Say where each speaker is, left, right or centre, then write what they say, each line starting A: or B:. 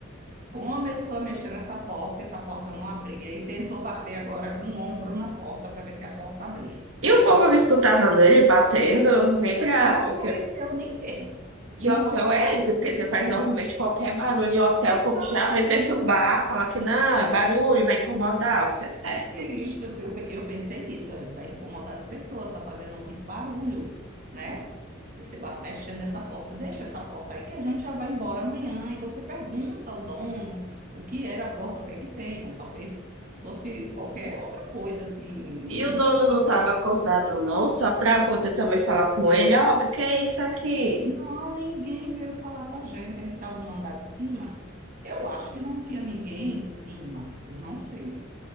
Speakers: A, on the right; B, on the right.
A: Começou a mexer nessa porta, essa porta não abria, e tentou bater agora com o ombro na porta para ver se a porta abria.
B: E o povo não escutava nele batendo, nem pra.
A: Mas Não
B: Porque...
A: apareceu ninguém. Não
B: Que hotel
A: apareceu
B: é esse? Porque
A: ninguém.
B: você faz normalmente qualquer barulho em hotel,
A: Exatamente.
B: como já vem perturbar, falar que não, é barulho vai incomodar, o que é certo.
A: E é isso, que eu, pe- eu pensei nisso, ó, vai incomodar as pessoas, tá fazendo muito barulho, né? Você vai mexendo nessa porta, deixa essa porta aí que a gente já vai embora amanhã. E você pergunta ao dono o que era a porta, o que é que tem, né? Talvez fosse qualquer outra coisa, assim,
B: E o
A: um
B: dono
A: quarto.
B: não estava acordado, não, só para
A: Não,
B: poder também falar com ele, ó, o que que é isso aqui?
A: não, ninguém veio falar com a gente. A gente estava no andar de cima. Eu acho que não tinha ninguém em cima, eu não sei.